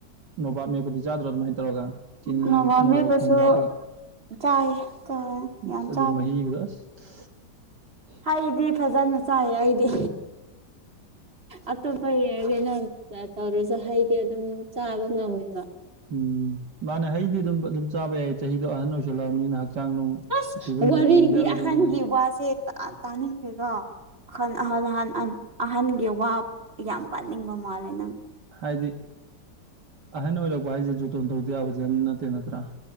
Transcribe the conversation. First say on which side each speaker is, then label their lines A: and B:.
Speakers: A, on the right; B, on the right.
A: ꯅꯣꯕꯥꯞ ꯃꯦꯄꯗꯤ ꯆꯥꯗ꯭ꯔꯣ ꯑꯗꯨꯃꯥꯏꯅ ꯇꯧꯔꯒ ꯆꯤꯅꯤ
B: ꯅꯣꯡꯃ
A: ꯃꯣꯔꯣꯛ
B: ꯃꯦꯠꯄꯁꯨ
A: ꯊꯨꯝꯒꯥ ꯍꯥꯞꯄꯒ
B: ꯆꯥꯏ ꯌꯥꯝ
A: ꯑꯁ ꯑꯗꯨ
B: ꯆꯥꯕꯅꯦ
A: ꯃꯍꯤꯒꯗꯣ ꯑꯁ <inaudible>
B: ꯍꯩꯗꯤ ꯐꯖꯅ ꯆꯥꯏꯌꯦ ꯑꯩꯗꯤ ꯑꯇꯣꯞꯄ ꯌꯦꯡ ꯀꯩꯅꯣ ꯑꯥ ꯇꯧꯗ꯭ꯔꯁꯨ ꯍꯩꯗꯤ ꯑꯗꯨꯝ ꯆꯥꯕ ꯉꯝꯃꯦꯕ
A: ꯎꯝ ꯃꯥꯅꯦ ꯍꯩꯗꯤ ꯑꯗꯨꯝ ꯑꯗꯨꯝ ꯆꯥꯕ ꯌꯥꯏ ꯆꯍꯤꯗꯣ ꯑꯍꯟ ꯑꯣꯏꯁꯜꯂꯛꯑꯕꯅꯤꯅ ꯍꯛꯆꯥꯡ ꯅꯨꯡ
B: ꯑꯁ
A: ꯐꯤꯕꯝꯁꯨ
B: ꯋꯥꯔꯤꯗꯤ
A: ꯌꯦꯡꯗ ꯌꯥꯔꯣꯏꯗꯕꯅꯤꯅ
B: ꯑꯍꯟꯒꯤ ꯋꯥꯁꯦ ꯇꯥ ꯇꯥꯅꯤꯡꯗꯦꯀꯣ ꯑꯍꯟ ꯑꯍꯟ ꯑꯍꯥꯟ ꯑꯍꯟ ꯑꯍꯟꯒꯤ ꯋꯥ ꯌꯥꯝ ꯄꯟꯅꯤꯡꯕ ꯃꯥꯜꯂꯦ ꯅꯪ
A: ꯍꯥꯏꯗꯤ ꯑꯍꯟ ꯑꯣꯏꯔꯛꯄ ꯍꯥꯏꯁꯦ ꯖꯣꯇꯣꯟ ꯇꯧꯗ ꯌꯥꯕꯖꯥꯠ ꯅꯠꯇꯦ ꯅꯠꯇ꯭ꯔꯥ